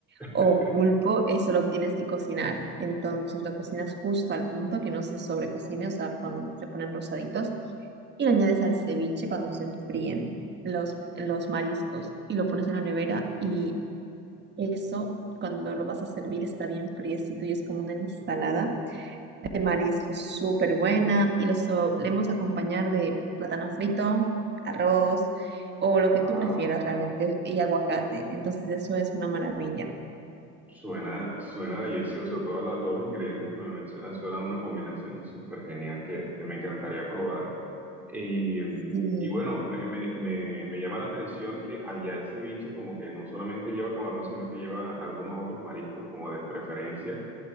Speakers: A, on the right; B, in the centre.
A: o
B: <laughs>
A: pulpo, eso lo tienes que cocinar. Entonces lo cocinas justo al punto que no se sobrecocine, o sea, cuando se ponen rosaditos, y lo añades al ceviche cuando se enfríen los, los mariscos y lo pones en la nevera y eso cuando lo vas a servir está bien friecito y es como una ensalada
B: Oh,
A: de mariscos súper buena y lo solemos acompañar de plátano frito, arroz o lo
B: wow,
A: que tú prefieras realmente y aguacate. Entonces eso es una maravilla.
B: suena, suena delicioso. Toda la- todos los ingredientes que me mencionas suenan una combinación súper genial que, que me encantaría probar. Y, mm,
A: Sí.
B: y bueno, me, me- me- me llama la atención que allá el ceviche como que no solamente lleva camarón, sino que lleva algunos otros mariscos como de preferencia.